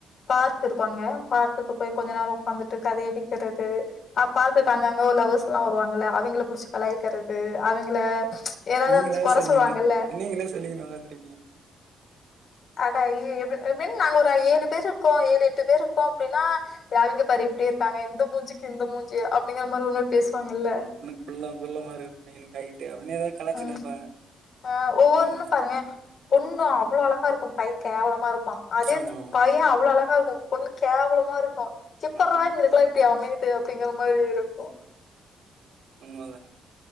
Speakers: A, on the left; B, on the right.
A: பார்க் இருக்கு அங்க பார் குக்கு போய் கொஞ்ச நேரோ உக்காந்துட்டு கதை அடிக்கிறது அ பார்குக்கு அங்கங்க ஒர் லவ்வர்ஸ்லா வருவாங்கல அவங்கள புடிச்சு கலாயக்கிறது அவிங்குள எதாது
B: நீங்களா
A: அந்த கொற
B: சொல்லிக்கினு
A: சொல்லுவாங்கல்ல
B: நீங்களே சொல்லிக்கினு உக்காந்துருப்பீங்க
A: அதா எ எப்புன் எப்பின் நாங்க ஒரு ஏழு பேர் இருக்கோ ஏழு எட்டு பேரு இருக்கோ அப்டினா எ அவிங்க பாரு எப்டி இருக்காங்க இந்த மூஞ்சுக்கு இந்த மூஞ்சுயா அப்டிங்கிற மாரி ஒரு மாரி பேசுவாங்கல்ல
B: குள்ளம் குள்ள மா இருக்குற பையனுக் கய்ட்டு அப்டின்னு எதா கலாய்ச்சுன்
A: ம்
B: இருப்பாங்க
A: அ ஒவ்வொன்னு
B: ஆமா
A: பாருங்க பொண்ணு அவுளோ அழகா இருக்கு பையன் கேவலமா இரு பா அதே
B: ஆமா ஆமா
A: பைய அவுளோ அழகா இருக்கு பொண்ணு கேவலமா இருக்கு எப்புட்றா
B: ஆமா
A: இவங்கலுகுலா இப் டி அமைது அப்டிங்கிற மாரி இருக்கு
B: உண்மதாங்க